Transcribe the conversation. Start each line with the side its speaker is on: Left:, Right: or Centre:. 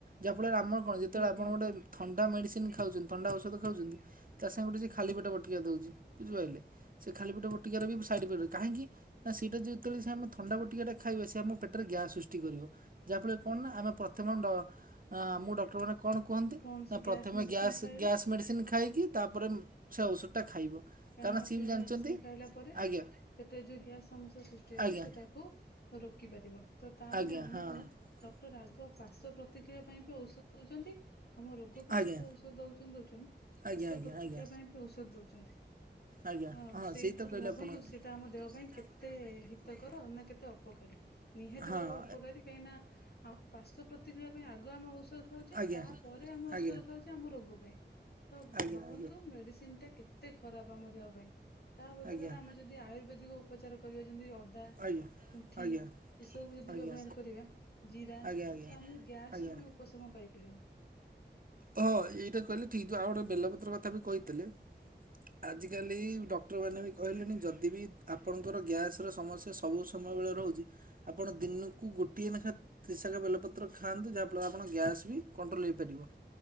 Right: ଯାହାଫଳରେ ଆମର କଣ ଯେତେବେଳେ
Left: ଆଜ୍ଞା
Right: ଆପଣ ଗୋଟେ ଥଣ୍ଡା ମେଡିସିନ ଖାଉଛନ୍ତି ଥଣ୍ଡା ଔଷଧ ଖାଉଛନ୍ତି ତା ସାଙ୍ଗେ ସେ ଖାଲି ପେଟ ବଟିକା ଦଉଛି ବୁଝିପାଇଲେ? ସେ ଖାଲି ପେଟ ବଟିକା ରେ ବି ସାଇଡ ଇଫେକ୍ଟ କାହିଁକି? ନା ସେଇଟା ଯେତେବେଳେ ସେ ଆମେ ଥଣ୍ଡା ବଟିକାଟା ଖାଇବା ସେ ଆମ ପେଟରେ ଗ୍ୟାସ୍ ସୃଷ୍ଟି କରିବ। ଯାହା ଫଳରେ କଣ ନା ଆମେ ପ୍ରଥମ ଡ ଆମକୁ ଡକ୍ଟରମାନେ କଣ କୁହନ୍ତି
Left: କୌଣସି
Right: ନା
Left: ଗ୍ୟାସ୍
Right: ପ୍ରଥମେ
Left: ମେଡିସିନ
Right: ଗ୍ୟାସ
Left: ଖାଇବା
Right: ଗ୍ୟାସ୍ ମେଡ଼ିସନ୍ ଖାଇକି ତାପରେ ସେ ଔଷଧ ଟା ଖାଇବ।
Left: କାହିଁକି
Right: କାରଣ
Left: ନା
Right: ସିଏ
Left: ସେ
Right: ବି
Left: ମେଡିସିନ
Right: ଜାଣିଛନ୍ତି
Left: ଖାଇଲା ପରେ
Right: ଆଜ୍ଞା
Left: ପେଟରେ ଯୋଉ ଗ୍ୟାସ ସମସ୍ୟା ସୃଷ୍ଟି ହବ
Right: ଆଜ୍ଞା।
Left: ସେ ତାକୁ ରୋକି ପାରିବ ତ ତାମାନେ
Right: ଆଜ୍ଞା
Left: ଆମକୁ
Right: ହଁ।
Left: ଡକ୍ଟର ରାଗ ପାାର୍ଶ ପ୍ରତିକ୍ରିୟା ପାଇଁ ବି ଔଷଧ ଦଉଛନ୍ତି। ଆମ ରୋଗ ପାଇଁ
Right: ଆଜ୍ଞା।
Left: ବି ତ ଔଷଧ ଦଉଛନ୍ତି ଦଉଛନ୍ତି।
Right: ଆଜ୍ଞା ଆଜ୍ଞା
Left: ସେ ପାଇଁ ବି ଔଷଧ ଦଉଛନ୍ତି
Right: ଆଜ୍ଞା
Left: ତ
Right: ହଁ
Left: ସେଇଥିରୁ
Right: ସେଇ ତ କହିଲେ
Left: ଭାବନ୍ତୁ
Right: ଆପଣ ହଁ। ଏ-
Left: ସେଇଟା ଆମ ଦେହ ପାଇଁ କେ ତେ ହିତକର ନା କେତେ ଅପକାରୀ ନିହାତି
Right: ଆଜ୍ଞା
Left: ଭାବେ ଅପକାରୀ। କାହିଁକି ନା ଆମ ବାଶଵ ପ୍ରତିକ୍ରିୟା ପାଇଁ ଆଗ ଆମେ ଔଷଧ ଖାଉଛେ
Right: ଆଜ୍ଞା। ଆଜ୍ଞା
Left: ତାପରେ ଆମେ
Right: ଆଜ୍ଞା
Left: ଔଷଧ ଖାଉଛେ। ଆମ ରୋଗ ପାଇଁ ତ
Right: ଆଜ୍ଞା।
Left: ଭାବନ୍ତୁ ମେଡିସିନ ଟା କେତେ ଖ ଖରାପ ଆମ ଦେହ ପାଇଁ ତା ବଦଳରେ
Right: ଆଜ୍ଞା।
Left: ଆମେ ଯଦି ଆୟୁର୍ବେଦିକ ଉପଚାର କରିବା ଯେମିତି ଅଦା ଶୁଣ୍ଠି
Right: ଆଜ୍ଞା ଆଜ୍ଞା।
Left: ଏସବୁ ଯଦି
Right: ଆଜ୍ଞା
Left: ବ୍ୟବହାର କରିବା ଜିରା।
Right: ଆଜ୍ଞା
Left: ତ
Right: ଆଜ୍ଞା
Left: ଆମେ ଗ୍ୟାସ
Right: ଆଜ୍ଞା।
Left: ରୁ ବି ଉପଶମ ପାଇପାରିବା।
Right: ହଁ ଏଇଟା କହିଲେ ଠିକ ଆଉ ଗୋଟେ ବେଲପତ୍ର କଥା ବି କହିଥିଲେ। ଆଜିକାଲି ଡକ୍ଟରମାନେ ବି କହିଲେଣି ଯଦି ବି ଆପଣଙ୍କର ଗ୍ୟାସ ର ସମସ୍ୟା ସବୁ ସମୟ ବେଳେ ରହୁଛି ଆପଣ ଦିନକୁ ଗୋଟିଏ ନାଖା ୍ରିଶା ବେଲପତ୍ର ଖାଆନ୍ତୁ ଯାହାଫଳରେ ଆପଣ ଗ୍ୟାସ୍ ବି କଣ୍ଟ୍ରୋଲ ହୋଇଇପାରିବ।